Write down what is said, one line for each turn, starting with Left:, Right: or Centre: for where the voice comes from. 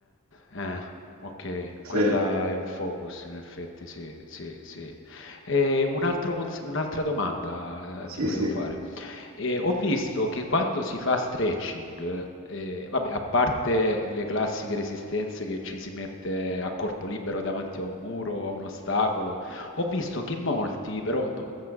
Left: eh, ok,
Right: Sì,
Left: quella è un focus in effetti, sì, sì, sì. E un altro cons- un'altra domanda
Right: sì,
Left: eh, ti volevo
Right: sì,
Left: fare. E ho visto che quando si fa stretching, eh, vabbè, a parte le classiche resistenze che ci si mette a corpo libero davanti a un muro o a un ostacolo, ho visto che molti, però no-